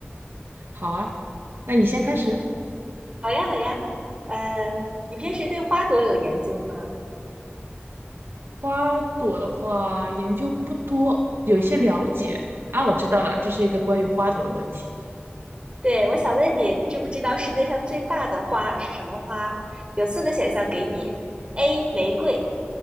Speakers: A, on the right; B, on the right.
A: 好啊，那你先开始。
B: 好呀，好呀。呃，你平时对花朵有研究吗？
A: 花朵的话，研究不多，有一些了解啊，我知道了，这是一个关于花朵的问题。
B: 对，我想问你，知不知道世界上最大的花是什么花？有四个选项给你：A. 玫瑰